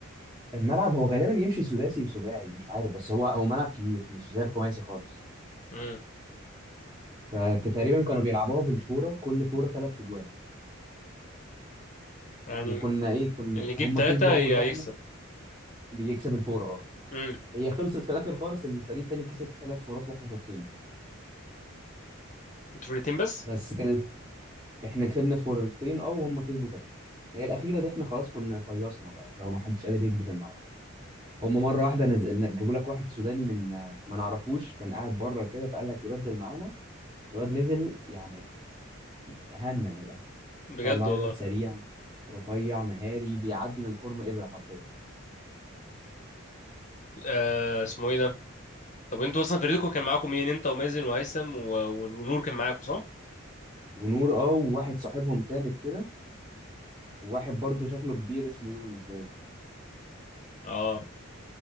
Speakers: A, on the right (about 20°); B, on the left (about 35°).
A: الملعب هو غالبا يمشي سداسي وسباعي مش عارف بس هو هو ملعب كبير مش زي الخماسي خالص
B: امم
A: فتقريبا كانوا بيلعبوها بالفوره كل فوره ثلاث اجوال
B: يعني
A: احنا كنا ايه كنا
B: اللي يجيب
A: هم
B: ثلاثه
A: كسبوا اول
B: يكسب
A: واحده بيكسب الفوره اه
B: امم
A: هي خلصت في الاخر خالص ان الفريق التاني كسب ثلاث فورات واحنا فورتين
B: انتوا فرقتين بس
A: بس كانت احنا كسبنا الفورتين اه وهم كسبوا ثلاثه هي الاخيره دي احنا خلاص كنا فيصنا بقى لو ما حدش قادر يجري في الملعب هم مره واحده نزل جابوا لك واحد سوداني من ما نعرفوش كان قاعد بره كده فقال لك يبدل معانا الواد نزل يعني هنا من الاخر
B: بجد
A: ما شاء الله عليه،
B: والله
A: الواد سريع رفيع مهاري بيعدي من الفورم ابره حرفيا
B: آه اسمه ايه ده طب انتوا اصلا فريقكم كان معاكم مين انت ومازن وهيثم و... ونور كان معاكم صح
A: ونور اه وواحد صاحبهم تالت كده وواحد برضه شكله كبير اسمه يونس باين
B: اه